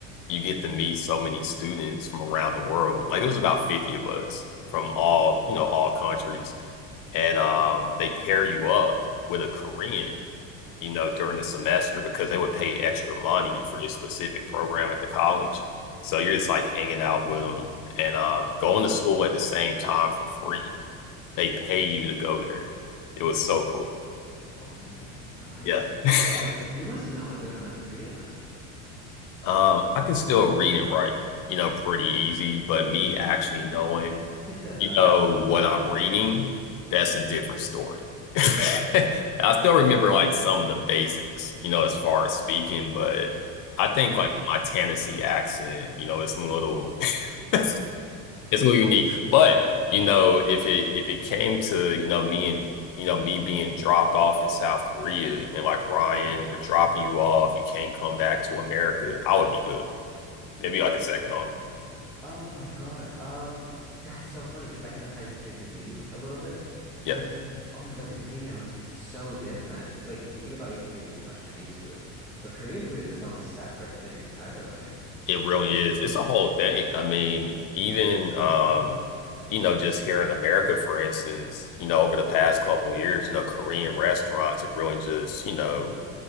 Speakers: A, on the left (about 55°); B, in the centre.
A: you get to meet so many students from around the world. Like it was about 50 of us from
B: Oh
A: all,
B: my God.
A: you know, all countries. And um, they pair you up with a Korean, you know, during the semester because they would pay extra money
B: Yeah.
A: for this specific program at the college. So you're just like hanging out with them and um, going to school at the same time for free. They pay you to go there. It
B: Oh,
A: was so cool.
B: oh my God.
A: Yeah.
B: So <laughs>
A: <laughs>
B: do you know you must know a good amount of Korean then.
A: Um, I can still read and write, you know, pretty easy, but me actually knowing,
B: <laughs>
A: you know, what I'm reading, that's a different story. <laughs> I still remember like some of the basics, you know, as far as speaking, but I think
B: But like
A: like my Tennessee accent, you know, it's a little <laughs> it's It's gonna be unique. But you know, if it if it came to, you know, me and you know, me being dropped off in South Korea and like Ryan, we're dropping you off, you can't come back to America, I would be good. Maybe like a second on.
B: <laughs> Oh my God. Um that's so funny because that kind of ties into your cuisine a little bit.
A: Yeah,
B: I've oh my God, the cuisine there must be so different. Like you think about Asian food, you think about Chinese food. But Korean food is its own separate thing entirely.
A: it really is. It's a whole thing. I mean, even um, you know, just here in America, for instance, you know, over the past couple years, you know, Korean restaurants have really just, you know,